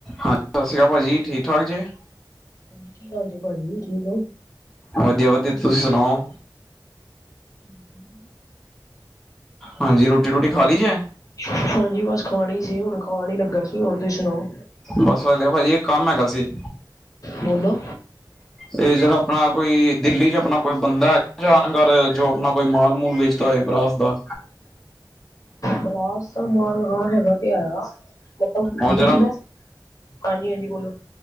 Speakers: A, in the centre; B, on the left.
A: ਹਾਂਜੀ ਸਤਿ ਸ੍ਰੀ ਅਕਾਲ ਭਾਜੀ ਠੀਕ ਠਾਕ ਜੇ
B: ਹਾਂਜੀ ਕੀ ਹਾਲ ਜ ਭਾਜੀ ਠੀਕ ਓ
A: ਵਧੀਆ ਵਧੀਆ ਤੁਸੀ ਸੁਣਾਓ
B: <unintelligible>
A: ਹਾਂਜੀ ਰੋਟੀ ਰੋਟੀ ਖਾ ਲਈ ਜੇ
B: ਹਾਂਜੀ ਬਸ ਖਾਣਾ ਹੀ ਸੀ ਹੁਣ ਖਾਣ ਹੀ ਲੱਗਾ ਸੀ ਹੋਰ ਤੁਸੀਂ ਸੁਣਾਓ
A: ਬਸ ਵਧਦੇ ਭਾਜੀ ਇੱਕ ਕੰਮ ਹੈਗਾ ਸੀ
B: ਬੋਲੋ
A: ਇਹ ਜਿਹੜਾ ਆਪਣਾ ਕੋਈ ਦਿੱਲੀ ਚ ਆਪਣਾ ਕੋਈ ਬੰਦਾ ਹੈਗਾ ਜਾਣਗ ਜੋ ਆਪਣਾ ਕੋਈ ਮਾਲ ਮੂਲ ਵੇਚ ਤਾ ਹੈ ਬਰਾਸ ਦਾ
B: ਬਰਾਤ ਮਾਨ ਹੈਗਾ ਤੇ ਆਇਆ ਮਤਲਬ
A: ਉਹ ਜਰਾ
B: ਵੀ ਹਾਂਜੀ ਹਾਂਜੀ ਬੋਲੋ